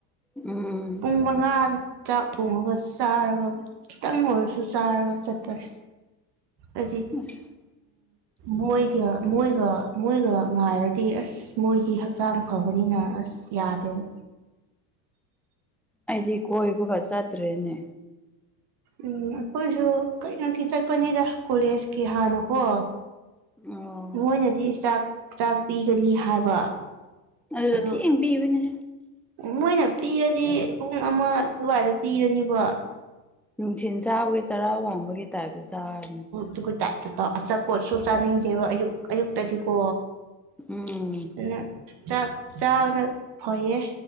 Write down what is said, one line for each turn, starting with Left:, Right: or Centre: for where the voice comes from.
Centre: ꯎꯝ
Right: ꯄꯨꯡ ꯃꯉꯥ ꯆꯥꯛ ꯊꯣꯡꯉꯒ ꯆꯥꯔꯕ ꯈꯤꯇꯪ ꯑꯣꯏꯔꯁꯨ ꯆꯥꯔꯒ ꯆꯠꯄꯅꯦ ꯑꯗꯨ
Centre: ꯑꯁ
Right: ꯃꯣꯏꯒ ꯃꯣꯏꯒ ꯃꯣꯏꯒ ꯉꯥꯏꯔꯗꯤ ꯑꯁ ꯃꯣꯏꯒꯤ ꯍꯛꯆꯥꯡ ꯐꯕꯅꯤꯅ ꯑꯁ ꯌꯥꯗꯦꯕ
Centre: ꯑꯩꯗꯤ ꯀꯣꯏꯕꯒ ꯆꯠꯇ꯭ꯔꯦꯅꯦ
Right: ꯎꯝ ꯑꯩꯈꯣꯏꯁꯨ ꯀꯩꯅꯣꯒꯤ ꯆꯠꯄꯅꯤꯗ ꯀꯣꯂꯦꯖꯀꯤ ꯍꯥꯟꯅꯀꯣ
Centre: ꯑꯣ
Right: ꯃꯣꯏꯅꯗꯤ ꯆꯥꯛ ꯆꯥꯛ ꯄꯤꯒꯅꯤ ꯍꯥꯏꯕ
Centre: ꯑꯗꯨꯗ‌ꯣ
Right: ꯑꯗꯨ
Centre: ꯊꯤꯡꯅ ꯄꯤꯕꯅꯦ
Right: ꯃꯣꯏꯅ ꯄꯤꯔꯗꯤ ꯄꯨꯡ ꯑꯃ ꯑꯗꯨꯋꯥꯏꯗ ꯄꯤꯔꯅꯤꯕ
Centre: ꯅꯨꯡꯊꯤꯟ ꯆꯥꯕꯒꯤ ꯆꯔꯥ ꯋꯥꯡꯕꯒꯤ ꯇꯥꯏꯞꯇ ꯆꯥꯔꯅꯤꯅꯦ
Right: ꯗꯨꯒꯛꯇꯥꯏ ꯑꯄꯣꯠꯁꯨ ꯆꯥꯅꯤꯡꯗꯦꯕ ꯑꯌꯨꯛ ꯑꯌꯨꯛꯇꯗꯤꯀꯣ
Centre: ꯎꯝ
Right: ꯑꯗꯨꯅ ꯆꯥꯛ ꯆꯥꯕꯅ ꯐꯩꯌꯦ